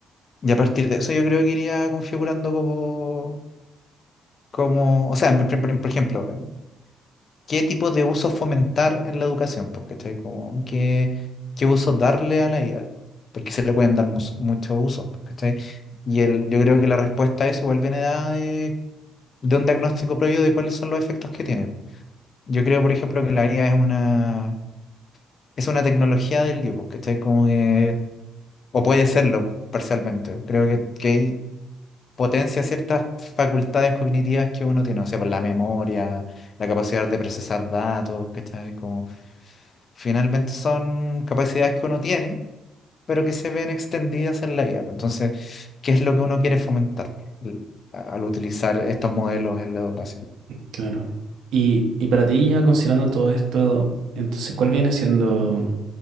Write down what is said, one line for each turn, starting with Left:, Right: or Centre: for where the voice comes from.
Left: Y a partir de eso yo creo que iría configurando como, como, o sea, por, por- por ejemplo, eh, ¿qué tipo de uso fomentar en la educación? Pues, ¿cachai? Como, ¿qué, qué uso darle a la IA? Porque se le pueden dar mus- muchos usos, pues, ¿cachai? Y el, yo creo que la respuesta a eso igual viene dada de un diagnóstico previo de cuáles son los efectos que tiene. Yo creo, por ejemplo, que la IA es una, es una tecnología del Dios, porque está como que, o puede serlo parcialmente. Creo que, que potencia ciertas facultades cognitivas que uno tiene, o sea, por la memoria, la capacidad de procesar datos, ¿cachai? Como, finalmente son capacidades que uno tiene, pero que se ven extendidas en la IA. Entonces, ¿qué es lo que uno quiere fomentar al al utilizar estos modelos en la educación?
Right: Claro. Y, y para ti, ya considerando todo esto, entonces, ¿cuál viene siendo